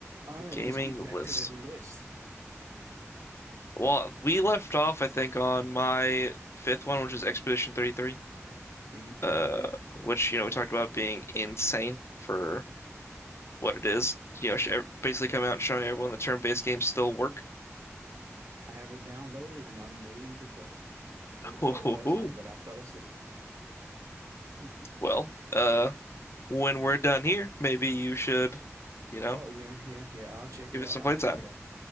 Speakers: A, on the right (about 85°); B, on the left (about 60°).
A: All right,
B: Gaming
A: let's get back
B: list.
A: to that list.
B: Well, we left off, I think, on my fifth one, which is Expedition 33,
A: hmm
B: uh, which, you know, we talked about being insane for
A: hmm
B: what it is. You know, sh- er, basically coming out and showing everyone the turn-based games still work.
A: I have it downloaded and I'm waiting to play it. Would
B: <laughs>
A: have played it last night, but I fell asleep. <laughs>
B: Well, uh, when we're done here, maybe you should, you know,
A: Oh yeah, yeah, yeah. I'll check it
B: give
A: out.
B: it some
A: I'll
B: playtime.
A: check it out.